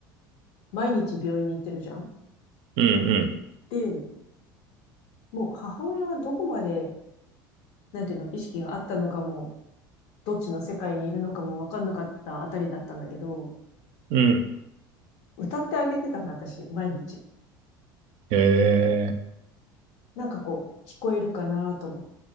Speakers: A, on the left (about 65°); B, on the right (about 60°).
A: 毎日病院に行ってるじゃん。
B: うん、うん。
A: で、もう母親はどこまで、なんていうの、意識があったのかも、どっちの世界にいるのかもわかんなかったあたりだったんだけど、
B: うん
A: 歌ってあげてたの、私、毎日。
B: え
A: なんかこう、聞こえるかなと思っ